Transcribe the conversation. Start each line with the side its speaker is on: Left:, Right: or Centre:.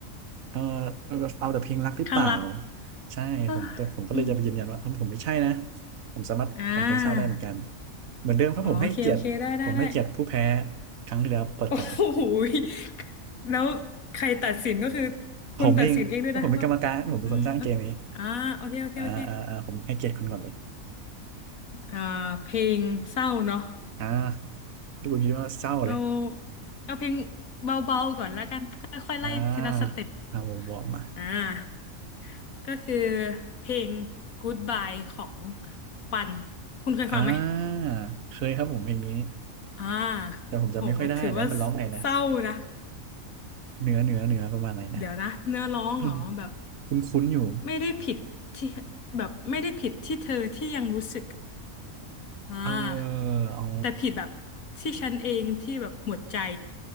Right: เออเอาแต่เพลงรักหรือเปล่า
Left: ข้างรัก
Right: ใช่ผมแต่ผมก็เลยจะไปยืนยันว่าเออผมไม่ใช่นะ
Left: เอ้ยอืม
Right: ผมสามารถฟังเพลงเศร้าได้เหมือนกัน
Left: อ่า
Right: เหมือนเดิมครับผมให้เกียรติผมให้เกียรติผู้แพ้
Left: อ๋อโอเคโอเคได้ได้ได้
Right: ครั้งที่แล้วเปิดก่อนเลย
Left: โอ้โหยแล้วใครตัดสินก็คือ
Right: <laughs> ผมเองก็ผมเป็นกรรมการผมเป็นคนสร้างเกมนี้
Left: คุณตัดสินเองด้วยนะว่าอืมโอเคอ่าโอเคโอเคโอเค
Right: อ่าอ่าอ่าผมให้เกียรติคุณก่อนเลย
Left: อ่า เพลงเศร้าเนาะ
Right: อ่าที่คุณคิดว่าเศร้าเลย
Left: เอาเอาเพลงเบาๆก่อนแล้วกันค่อยๆไล่ทีละสเต็ป
Right: อ่าเอาวอร์มๆมา
Left: อ่าก็คือเพลง Goodbye ของปันคุณเคยฟังไหม
Right: อ่าเคยครับผมเพลงนี้
Left: อ่า
Right: แต่ผมจำไม่ค่อยได้แล้วมันร้องไงนะ
Left: โหถือว่าเศร้านะ
Right: เหนือเหนือเหนือประมาณไหนนะ
Left: เดี๋ยวนะเนื้อร้องเหรอแบบ
Right: <laughs> <coughs> คุ้นๆอยู่
Left: ไม่ได้ผิดที่แบบไม่ได้ผิดที่เธอที่ยังรู้สึกอ่า
Right: เอออ๋อ
Left: แต่ผิดแบบที่ฉันเองที่แบบหมดใจ